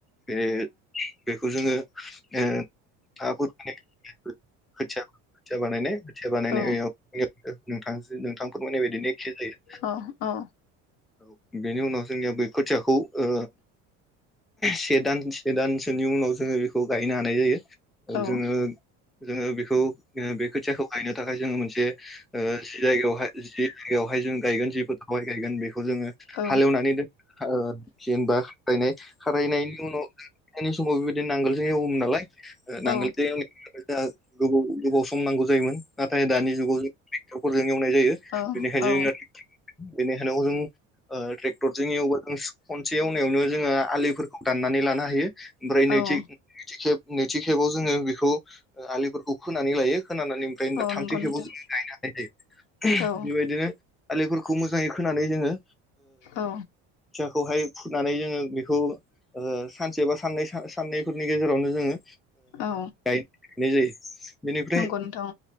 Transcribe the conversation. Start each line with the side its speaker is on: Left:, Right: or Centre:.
Centre: बे बेखौ जोङो ओ हाफोर माने खोथिया खोथिया बानायनाय खोथिया बानायनायाव
Left: औ
Centre: <unintelligible> नोंथां नोंथां फोरमायनाय बायदिनो एखे जायो।
Left: अ औ
Centre: औ बेनि उनाव जोंनिया बै खोथियाखौ ओ से दान से दानसोनि उनाव जोङो बेखौ खौ गायनो हानाय जायो
Left: औ
Centre: जोङो जोङो बेखौ बे खोथियाखौ गायनो थाखाय जोङो मोनसे जे ओ जि जायगायावहाय जि जायगायावहाय जों गायगोन जि फोथारावहाय गायगोन बेखौ जोङो
Left: औ
Centre: हालेवनानै द जेनेबा खारनाय खारनायनि उनाव खनायनि समाव बेबाय बिदिनो नांगोलजों एवोमोन नालाय नांगोलजों
Left: औ
Centre: एव जोंहा गोबाव गोबाव सम नांगौ जायोमोन। नाथाय दानि जुगाव जों टेक्टरफोरजों एवनाय जायो
Left: औ
Centre: बेनिखायनो
Left: औ
Centre: बेनिखायनो जों ओ ट्रेक्टरजों एवबा जों खनसे एवनायावनो जोङो आलिफोरखौ दान्नानै लानो हायो। ओमफ्राय नैथि
Left: औ
Centre: नैथि खेब नैथि खेबाव जोङो बेखौ आलिफोरखौ खोनानै लायो खोनानानै ओमफ्रायो
Left: औ
Centre: दा थामथि
Left: नंगौ नोंथां
Centre: खेबाव जोङो गायनो हानाय जायो
Left: औ
Centre: बेबायदिनो आलिफोरखौ मोजाङै खोनानै जोङो
Left: औ
Centre: खोथियाखौहाय फुनानै जोङो बेखौ सानसे बा सा-साननै सानैफोरनि गेजेरावनो जोङो
Left: औ
Centre: गायनाय जायो बेनिफ्राय
Left: नंगौ नोंथां